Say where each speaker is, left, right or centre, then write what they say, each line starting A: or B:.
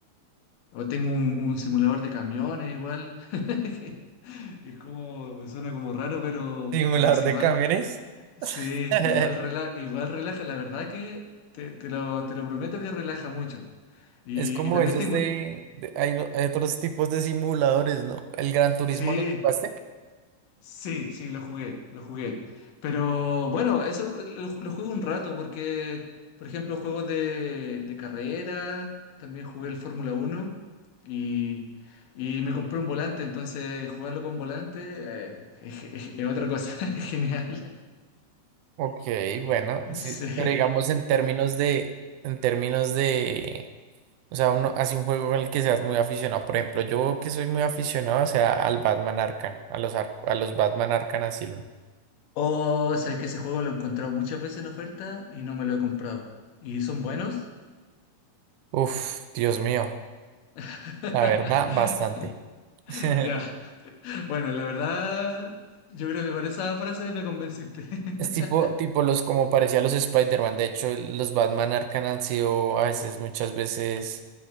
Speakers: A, on the left; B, on the right.
A: O tengo un, un simulador de camiones igual. <laughs> que Es como, me suena como raro, pero
B: Simulador
A: a veces igual,
B: de camiones.
A: sí,
B: <laughs>
A: igual, rela- igual relaja. La verdad que te, te lo, te lo prometo que relaja mucho. Y,
B: Es como
A: y también
B: esos
A: tengo,
B: de, de- hay, no- hay otros tipos de simuladores, ¿no? El Gran Turismo,
A: sí,
B: ¿lo jugaste?
A: Sí, sí, lo jugué, lo jugué. Pero bueno, eso lo, lo jugué un rato porque, por ejemplo, juegos de, de carrera, también jugué el Fórmula Uno y, y me compré un volante, entonces jugarlo con volante eh, es, es- es otra cosa, <laughs> es genial.
B: Ok, bueno, sí,
A: Sí.
B: pero digamos en términos de, en términos de, o sea, uno hace un juego con el que seas muy aficionado. Por ejemplo, yo que soy muy aficionado, o sea, al Batman Arkham, a los, ar- a los Batman Arkham Asylum.
A: Oh, sabes que ese juego lo he encontrado muchas veces en oferta y no me lo he comprado. ¿Y son buenos?
B: Uf, Dios mío,
A: <laughs>
B: la verdad, bastante. <laughs>
A: Ya. Bueno, la verdad, yo creo que con esa frase me convenciste. <laughs>
B: Es tipo, tipo los, como parecía los Spider-Man. De hecho, los Batman Arkham han sido a veces, muchas veces,